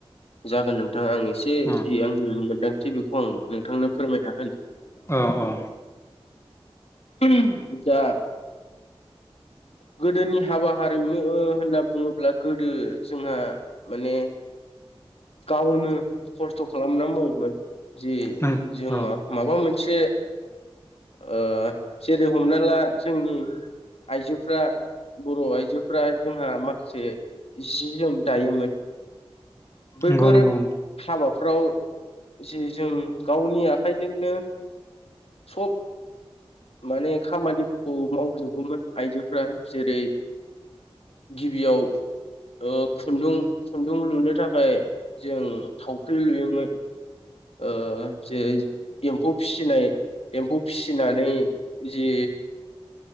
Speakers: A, on the left; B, on the left.
A: जागोन नोंथां आं एसे
B: अ
A: जि आंनि मोनदां थि बेखौ आं नोंथांनो फोरमायना होनि
B: अ अ
A: उम जा गोदोनि हाबा हा रिमु ओ होनना बुङोब्ला गोदो जोंहा माने गावनो खस्थ' खालामना मावोमोन जे
B: नों
A: जों
B: औ
A: मा माबा मोनसे ओ जेरै हमना ला जोंनि आइजोफ्रा बर' आइजोफ्रा जोंहा माखासे जि जोम दायोमोन बैफोर
B: नंगौ नंगौ
A: हाबाफ्राव जि जों गावनि आखाइजोंनो सब माने खामानिफोरखौ मावजोबोमोन आइजोफ्रा जेरै गिबियाव ओ खुन्दुं खुन्दुं लुनो थाखाय जों थावख्रि लुयोमोन ओ जे एम्फौ फिसिनाय एम्फौ फिसिनानै जि